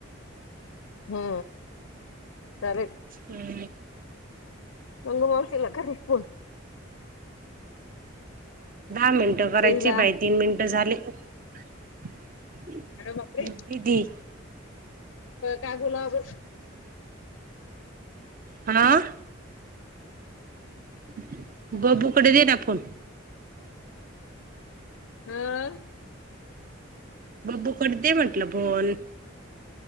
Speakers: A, on the left; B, on the right.
A: हो चालेल.
B: हम्म.
A: गंगा मा <unintelligible>
B: दहा मिनिटं करायची
A: देईला
B: आहे बाई तीन मिनिटं झाले. <inaudible>
A: अरे बापरे!
B: दिदी
A: <unintelligible> काय बोलावं अजून?
B: हां? <unintelligible> दे ना फोन.
A: हं?
B: बबूकडं दे म्हटलं फोन.